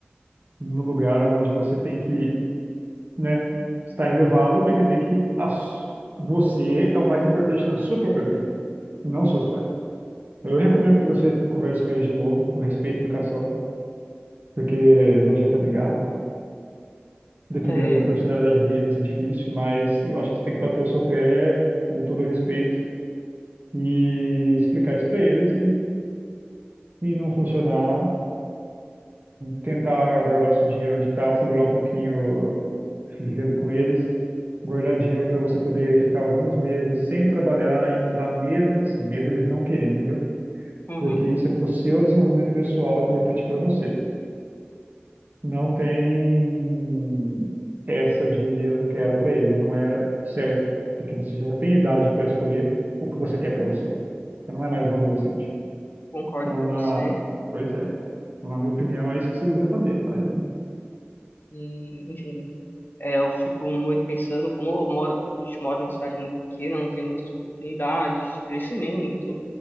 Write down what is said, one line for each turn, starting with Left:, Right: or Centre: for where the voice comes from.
Right: no lugar onde você tem que, né, estar elevado para entender que a s- você é o mais importante na sua própria vida, não seus pais. Então, Eu recomendo que você converse com eles de novo, com respeito e educação, porque não adianta brigar. Dependendo
Left: É,
Right: da personalidade deles vai ser difícil, mas eu acho que você tem que bater o seu pé com todo respeito e explicar isso para eles e, e não funcionar tentar guardar o seu dinheiro onde está, segurar um pouquinho vivendo com eles, guardar dinheiro para você poder ficar alguns meses sem trabalhar e mudar mesmo assim, mesmo eles não querendo, entendeu?
Left: uhum,
Right: Porque isso é para o seu desenvolvimento pessoal importante para você. Não tem essa de eu não quero para eles, não é certo, porque você já tem idade para escolher o que você quer para você. Você não é mais um adolescente.
Left: concordo
Right: Então,
Left: com
Right: na...
Left: você.
Right: pois é. Então, na minha opinião, é isso que você devia fazer. Aí
Left: E, enfim, é, eu fico muito pensando, como eu moro, a gente mora numa cidade muito pequena, não tem muitas oportunidades de crescimento,